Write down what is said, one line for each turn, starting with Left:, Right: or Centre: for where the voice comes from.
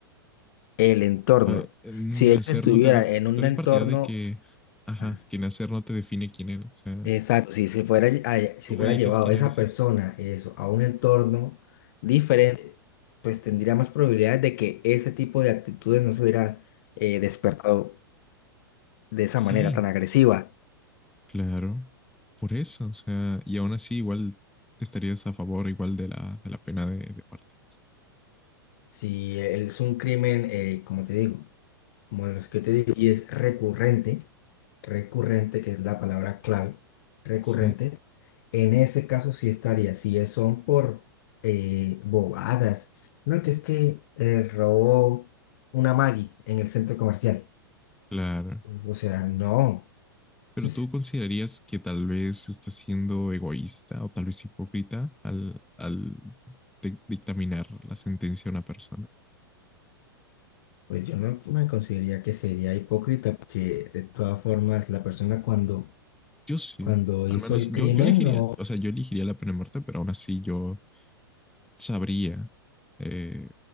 Left: El entorno.
Centre: A ver, nacer
Left: Si ellos estuvieran
Centre: no te def-
Left: en un
Centre: Tú eres
Left: entorno,
Centre: partidario de que, ajá,
Left: ah,
Centre: que nacer no te define quién eres. O sea,
Left: exacto, si se fuera, lle- a- si
Centre: tú
Left: hubiera
Centre: eliges
Left: llevado
Centre: quién
Left: esa
Centre: eres.
Left: persona eso, a un entorno diferente, pues tendría más probabilidades de que ese tipo de actitudes no se hubieran eh, despertado de esa
Centre: Sí,
Left: manera tan agresiva.
Centre: claro. Por eso, o sea, y aún así igual estarías a favor igual de la, de la pena de, de muerte.
Left: Si es un crimen, eh, como te digo. Bueno, es que te digo, y es recurrente, recurrente, que es la palabra clave, recurrente.
Centre: Mm,
Left: En ese caso sí estaría, si es- son por eh, bobadas, no, que es que eh, robó una Maggie en el centro comercial.
Centre: Claro.
Left: O sea, no,
Centre: Pero
Left: pues,
Centre: tú considerarías que tal vez está siendo egoísta o tal vez hipócrita al, al dic- dictaminar la sentencia a una persona.
Left: pues yo no me consideraría que sería hipócrita, porque de todas formas la persona cuando,
Centre: Yo sí,
Left: cuando
Centre: al
Left: hizo
Centre: menos
Left: el crimen,
Centre: yo, yo elegiría,
Left: no,
Centre: o sea, yo elegiría la pena de muerte, pero aún así yo sabría eh,